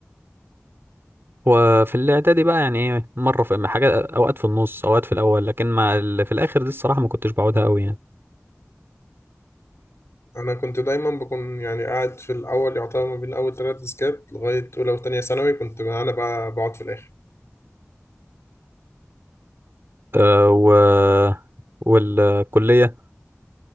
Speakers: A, on the right; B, on the left.
A: وفي الاعدادي بقى يعني ايه مره في حاجات اوقات في النص اوقات في الاول لكن ما ال- في الاخر دي الصراحه ما كنتش بعودها قوي يعني
B: انا كنت دايما بكون يعني قاعد في الاول يعتبر ما بين اول ثلاث ديسكات لغايه اولى وثانيه ثانوي كنت انا بقى بقعد في الاخر
A: أه و والكليه